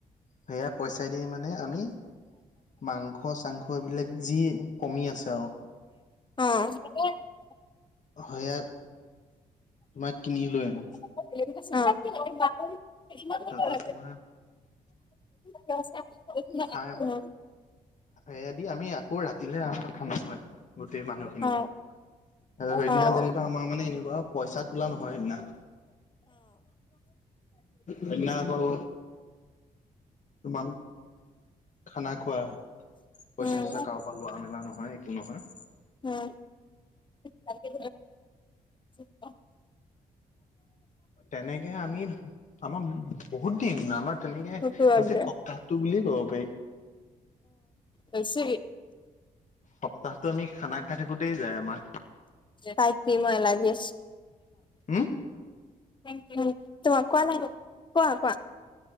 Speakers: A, on the left; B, on the left.
A: সেয়া পইচা দি মানে আমি মাংস মাংস চাংস এইবিলাক যি কমি আছে আৰু
B: অ
A: হয় তোমাক কিনি লৈ আহো
B: অ
A: তাৰপা তোমাৰ
B: <unintelligible>
A: খাই
B: অ
A: সেয়াদি আমি আকৌ ৰাতিহে আমাৰ ঠান্ডা হয় গোটেই মানুহখিনি
B: অ',
A: সেইদিনা
B: অ',
A: যেনিবা আমাৰ মানে এনেকুৱা পইচা তোলা নহয় সেইদিনা কইনা অকল তমান খানা খোৱাহে পইচা
B: উম।
A: চইচা কাৰোবাৰ লোৱা মেলা নহয় একো নহয়
B: উম তাকে ত
A: তেনেকে আমি আমাৰ বহুত দিন আমাৰ তেনেকে
B: সেইটো বাদ
A: গোটেই
B: দে।
A: সপ্তাহটো বুলিয়ে ক'ব পাৰি
B: হৈছে
A: সপ্তাহতো আমি খানা খাই থাকোতেই যায় আমাৰ
B: কাইতি মই লাগি আছে
A: হম?
B: থ ই তোমাক কোৱা কোৱা কোৱা